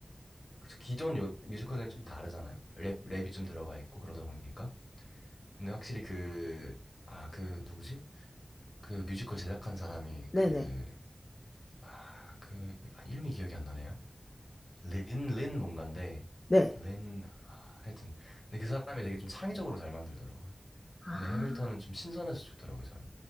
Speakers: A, on the left; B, on the left.
A: 그쵸, 기존 요- 뮤지컬들은 좀 다르잖아요. 랩, 랩이 좀 들어가 있고 그러다 보니까. 근데 확실히 그, 아, 그 누구지? 그 뮤지컬 제작한 사람이
B: 네네.
A: 그, 아, 그, 아, 이름이 기억이 안 나네요. 린, 린 뭔가인데,
B: 네.
A: 린, 아, 하여튼. 근데 그 사람이 되게 좀 창의적으로 잘 만들더라고요.
B: 아.
A: 근데 해밀턴은 좀 신선해서 좋더라고요, 저는.